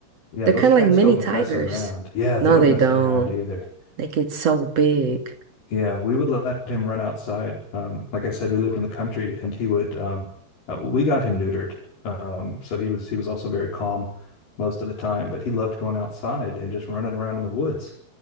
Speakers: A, on the left (about 55°); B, on the right (about 40°).
A: Yeah,
B: they're
A: those
B: kind
A: cats
B: of like mini
A: don't
B: tigers.
A: mess around. Yeah, they
B: No,
A: don't
B: they
A: mess
B: don't.
A: around either.
B: They get so big.
A: Yeah, we would let him run outside. Um, like I said, we lived in the country, and he would. Um, uh, we got him neutered, um, so he was he was also very calm most of the time. But he loved going outside and just running around in the woods.